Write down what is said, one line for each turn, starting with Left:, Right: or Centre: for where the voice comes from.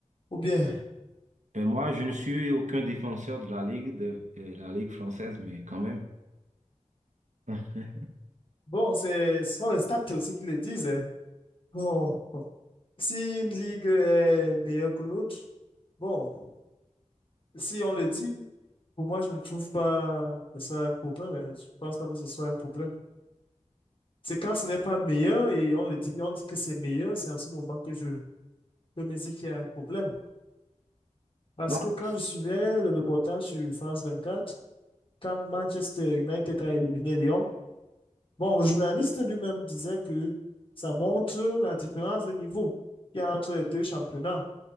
Left: Ou bien,
Right: ben moi, je ne suis aucun défenseur de la Ligue, de, euh, la Ligue française, mais quand même. <laughs>
Left: bon, c'est, ce sont les stats aussi qui le disent. hein. Bon, <laughs> si une ligue est meilleure que l'autre, bon. si on le dit, pour moi, je ne trouve pas que ça un problème. euh, Je pense pas que ce soit un problème. C'est quand ce n'est pas meilleur et on le dit, on dit que c'est meilleur, c'est en ce moment que je peux me dire qu'il y a un problème. Parce
Right: Non,
Left: que quand
Right: c'est-
Left: je suivais le reportage sur France vingt-quatre quand Manchester United a éliminé Lyon, bon, le journaliste lui-même disait que ça montre la différence de niveau qu'il y a entre les deux championnats,